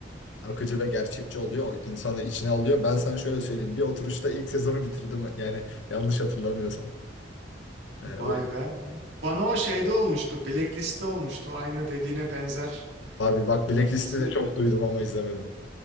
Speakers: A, on the left (about 80°); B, on the right (about 85°).
A: akıcı ve gerçekçi oluyor. O insanı içine alıyor. Ben sana şöyle söyleyeyim. Bir oturuşta ilk sezonu bitirdim. Yani yanlış hatırlamıyorsam. Ee,
B: Vay
A: o yüzden...
B: be. Bana o şeyde olmuştu. Blacklist'te olmuştu. Aynı dediğine benzer
A: Abi bak Blacklist'i
B: bir dizi.
A: de çok duydum ama izlemedim.